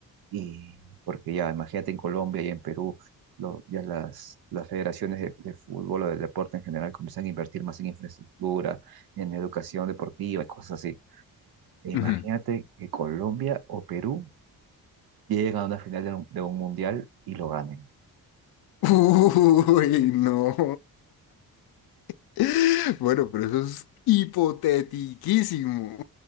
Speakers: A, on the right (about 75°); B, on the left (about 80°).
A: y porque ya, imagínate en Colombia y en Perú, lo- ya las, las federaciones de, de fútbol o del deporte en general comienzan a invertir más en infraestructura, en educación deportiva y cosas así. E imagínate
B: ujú.
A: que Colombia o Perú lleguen a una final de un, de un mundial y lo ganen.
B: Uy, no. <laughs> Bueno, pero eso es hipotetiquísimo.